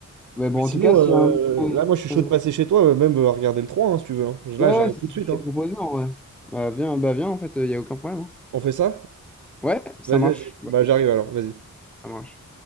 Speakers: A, in the centre; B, on the right.
A: Mais bon,
B: Mais sinon,
A: en tout cas, s'il
B: euh,
A: y a un...
B: là, moi, je suis chaud
A: Ouais,
B: de passer chez toi, euh, même euh, regarder le trois hein, si tu veux. hein. Là,
A: ouais,
B: j'arrive
A: c'est
B: tout de
A: ce
B: suite.
A: que
B: hein.
A: j'ai proposé en vrai. Bah viens, bah viens, en fait, il n'y a aucun problème. hein.
B: On fait ça?
A: Ouais, ça
B: Vas-y,
A: marche.
B: vas-y.
A: Ouais,
B: Bah, j'arrive alors, vas-y.
A: ça marche.